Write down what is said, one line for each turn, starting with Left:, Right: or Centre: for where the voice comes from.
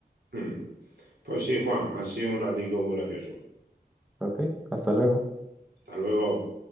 Right: Hmm. Pues sí, Juan, ha sido un ratico muy gracioso.
Centre: Ok, hasta luego.
Right: Hasta luego.